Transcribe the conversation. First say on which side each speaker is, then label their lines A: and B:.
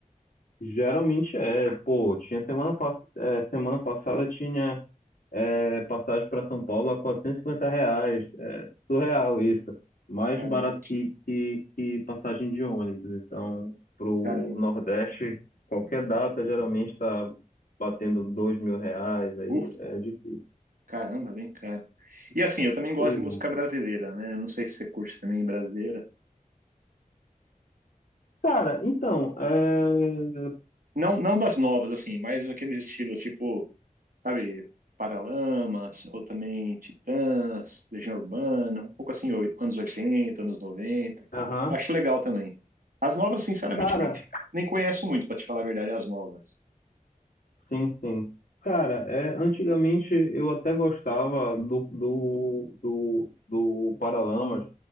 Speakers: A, on the left (about 80°); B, on the right (about 85°).
A: Geralmente é, pô, tinha semana, pass- é, semana passada tinha é, passagem para São Paulo a quatrocentos e cinquenta reais, é, surreal isso, mais
B: Caramba,
A: barato que, que, que passagem de ônibus, então pro
B: caramba.
A: Nordeste qualquer data geralmente está batendo dois mil reais, aí
B: Uf,
A: é difícil.
B: caramba, bem caro. E assim, eu também gosto
A: Pois
B: de música
A: é.
B: brasileira, né? Eu não sei se você curte também brasileira.
A: Cara, então, é...
B: Não, não das novas, assim, mas aqueles estilos tipo, sabe, Paralamas, ou também Titãs, Legião Urbana, um pouco assim, oi- anos oitenta anos noventa
A: aham.
B: Acho legal também. As novas, sinceramente,
A: Cara,
B: nem, nem conheço muito, pra te falar a verdade, as novas.
A: Sim, sim. Cara, é, antigamente eu até gostava do, do, do, do Paralamas,